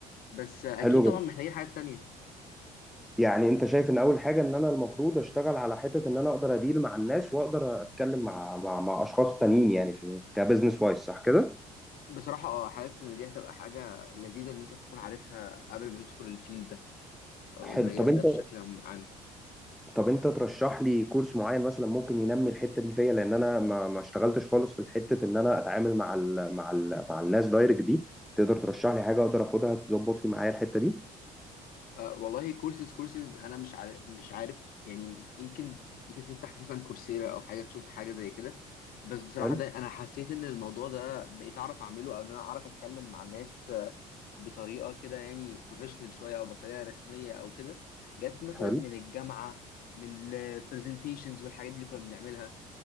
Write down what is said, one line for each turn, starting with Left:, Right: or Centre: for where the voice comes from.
Left: بس آه،
Centre: حلو
Left: أكيد
Centre: جدا
Left: طبعا محتاجين حاجات تانية
Centre: يعني انت شايف ان اول حاجه ان انا المفروض اشتغل على حته ان انا اقدر اديل مع الناس واقدر اتكلم مع مع مع اشخاص تانيين يعني في كبزنس وايز صح كده
Left: بصراحة اه حاسس إن دي هتبقى حاجة لذيذة إن أنت تكون عارفها قبل ما تدخل الفيلد ده أو
Centre: حلو
Left: المجال
Centre: طب انت
Left: ده بشكل عام
Centre: طب انت ترشح لي كورس معين مثلا ممكن ينمي الحته دي فيا لان انا ما ما اشتغلتش خالص في حته ان انا اتعامل مع ال مع ال مع الناس دايركت دي تقدر ترشح لي حاجه اقدر اخدها تظبط لي معايا الحته دي
Left: أه والله كورسز كورسز انا مش عارف مش عارف يعني يمكن يمكن تفتح مثلا كورسيرا او حاجه تشوف حاجه زي كده بس بصراحه
Centre: حلو
Left: ده انا حسيت ان الموضوع ده بقيت اعرف اعمله او ان انا اعرف اتكلم مع الناس آه، بطريقه كده يعني بروفيشنال شويه او بطريقه رسميه او كده جت مثلا
Centre: حلو
Left: من الجامعه من البرزنتيشنز والحاجات دي اللي كنا بنعملها